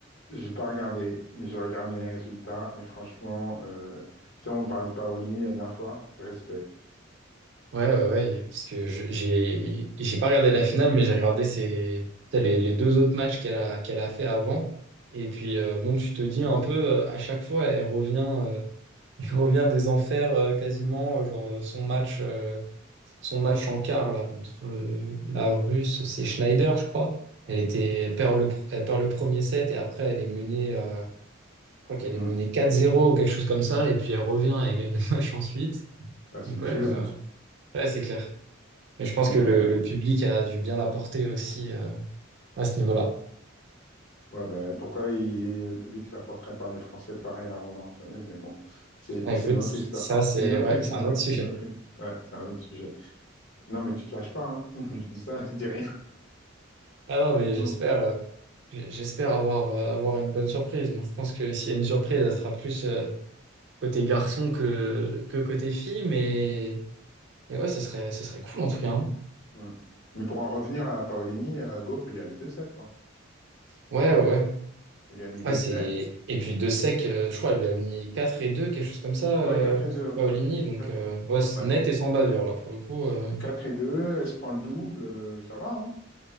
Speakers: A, on the left (about 70°); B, on the right (about 60°).
A: J'ai pas regardé, mais j'ai regardé les résultats et franchement, euh, tu sais, on parlait de Paoli la dernière fois, respect.
B: Ouais, ouais, ouais, parce que je- j'ai, j'ai pas regardé la finale, mais j'ai regardé ses, t'sais, les, les deux autres matchs qu'elle a, qu'elle a fait avant. Et puis, euh, bon, tu te dis un peu, euh, à chaque fois, elle revient, euh, <laughs> elle revient des enfers euh, quasiment, euh, genre euh, son match. son match en quart là, contre euh, la Russe, c'est Schneider, je crois. Elle était, elle perd le, pr- elle perd le premier set et après elle est menée, euh, je crois qu'elle
A: Mm.
B: est menée 4-0 ou quelque chose comme ça, et puis elle revient et gagne le <laughs> match ensuite.
A: Ah, c'est
B: Donc
A: une
B: ouais,
A: tueuse,
B: euh,
A: hein.
B: ouais, c'est clair. Et je pense
A: Mais
B: que le,
A: euh,
B: le public a dû bien l'apporter aussi euh, à ce niveau-là.
A: ouais, ben, pourquoi il- le public ne s'apporterait pas les Français pareil à Roland, tu vois, mais bon, c'est
B: Ah, écoute,
A: c'est une autre histoire.
B: ça c'est
A: C'est une autre
B: ouais,
A: histoire,
B: c'est un autre sujet.
A: c'est une autre his- Ouais, c'est un autre sujet. Non, mais tu te fâches pas, hein. <laughs> Je dis ça, je dis rien.
B: Ah non, mais
A: Non.
B: j'espère euh, j- j'espère avoir, euh, avoir une bonne surprise. Moi, je pense que s'il y a une surprise, elle sera plus euh, côté garçon que, que côté fille, mais Et ouais, ça serait, ça serait cool en tout cas. hein.
A: Mm. Mais pour en revenir à Paolini, euh, Goff, elle lui a mis deux 7 quoi.
B: Ouais, ouais, ouais.
A: Elle lui a mis deux
B: Ouais, c'est...
A: 7
B: Et puis de sec, euh, je crois, il lui a mis 4 et deux quelque chose comme ça,
A: Ouais,
B: euh,
A: 4 et 2.
B: Paolini.
A: ouais.
B: Donc,
A: 4
B: euh,
A: et- deux.
B: ouais, c'est
A: ouais.
B: net et sans bavure, là, pour le coup. euh.
A: 4 et 2, elle se prend le double, euh, ça va, hein?